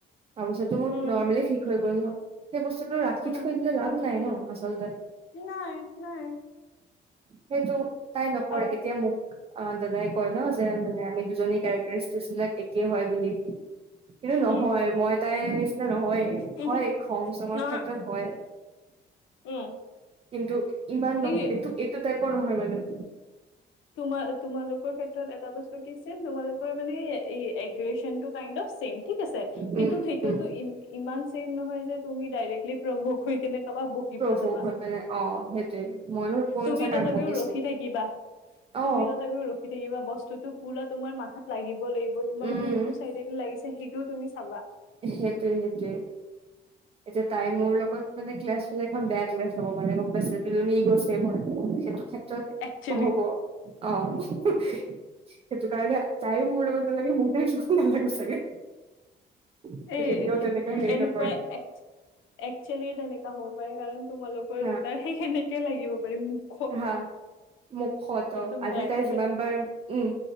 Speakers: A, on the right; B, on the left.
A: তাৰপিছতো মোৰ
B: উম
A: নৰ্মেলি ঠিক হৈ গ'ল ন। সেই বস্তুটো ৰাখি
B: উম
A: থৈ দিলে লাভ নাই ন আচলতে-
B: নাই নাই
A: সেইটো তাই নকৰে
B: অ
A: এতিয়া মোক- অ দাদাই কয় ন যে মানে আমি দুজনী কেৰেক্টাৰষ্ট বিলাক একে হয় বুলি। কিন্তু নহয়
B: উম
A: মই তাই নিচিনা নহয়ে,
B: উহু
A: হয় খং চঙৰ
B: নহয়
A: ক্ষেত্ৰত হয়।
B: উম-
A: কিন্তু ইমান নহয়
B: এই
A: এইটো এইটো টাইপৰ নহয় মানে-
B: তোমাৰ তোমালোকৰ ক্ষেত্ৰত এটা বস্তু কি ছিম তোমালোক- মানে এই এগ্ৰচনটো কাইণ্ড অফ ছেম ঠিক আছে।
A: উম
B: কিন্তু সেইটোতো
A: উম
B: ই ইমান ছেম নহয় যে তুমি ডাইৰেক্টলি প্ৰভুক হৈ কেনে কাৰোবাক। থাকিব
A: প্ৰভোক
B: যাবা
A: হৈ পিনে অ সেইটোৱে মইনো কোন
B: তুমি
A: চা কাক
B: তথাপিও
A: বকিছে
B: ৰখি থাকিবা।
A: অ
B: তুমি তথাপিও ৰখি থাকিবা বস্তুতটো পুৰা তোমাৰ মাথাত লাগিব লাগিব তোমাৰ।
A: উম
B: টো চাইডে লাগিছে সেইটোও তুমি চাবা।
A: সেইটোৱে সেইটোৱে এতিয়া তাই মোৰ লগত- মানে ক্লাছ হলে এখন বেয়া ক্লাছ হ'ব পাৰে, গম পাইছো। দুজনী গৈছে মই সেইটো ক্ষেত্ৰত-
B: অক্সুৱেলি
A: হ'ব অ সেইটো কাৰণে তাইও মোৰ লগত নালাগে, মইও তাইৰ লগত নালাগো চাগে। মানে
B: এই
A: কেতিয়াও
B: কিন-
A: তেনেকা হেৰি
B: এনেকুৱাই
A: নকৰে
B: এক একচুৱেলি তেনেকা হ'ব পাৰে। কাৰণ তোমালোকৰ
A: হা
B: দুটাৰ সেই সেনেকে লাগিব পাৰে মোক
A: হা, মুখত
B: একদম
A: আজি
B: বেয়াকে
A: তাই যিমান
B: লাগিছে।
A: পাৰে উম।